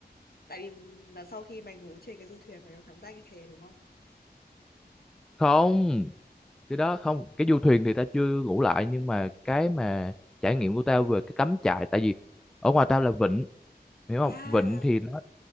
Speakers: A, on the left; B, in the centre.
A: tại vì là sau khi mày ngủ trên cái du thuyền mày có cảm giác như thế đúng không
B: không cái đó không cái du thuyền thì tao chưa ngủ lại nhưng mà cái mà trải nghiệm của tao về cái cắm trại tại vì ở ngoài tao là vịnh hiểu không
A: à
B: vịnh thì nó